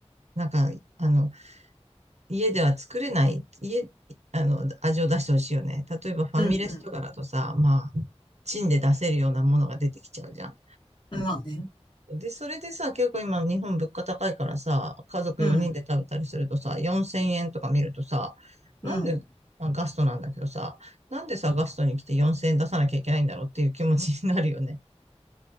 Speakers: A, on the right; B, on the left.
A: なんか、あの、家では作れない、家、あの、味を出してほしいよね。例えばファミレスとかだとさ、
B: うん
A: まあ、チンで出せるようなものが出てきちゃうじゃん。
B: うん。まあね。
A: で、それでさ、結構今日本物価高いからさ、家族4人で食べたりするとさ、
B: うん。
A: 4000円とか見るとさ、なんで、
B: うん。
A: まあ、ガストなんだけどさ、なんでさ、ガストに来て4000円出さなきゃいけないんだろうっていう気持ちになるよね。